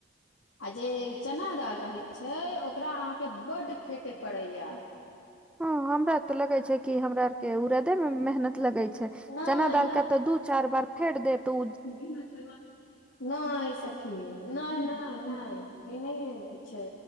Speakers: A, on the left; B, in the centre.
A: आ जे चना दाल रहे छै ओकरा अहाँके बड फेटे पड़े या
B: हँ हमरा तऽ लगै छै कि हमरा आर के उरादे मे मेहनत लगै छै
A: नहि
B: चना दाल क तऽ दू चारि बार फेट देत उ
A: नय सखी नय नय नय ई नय छै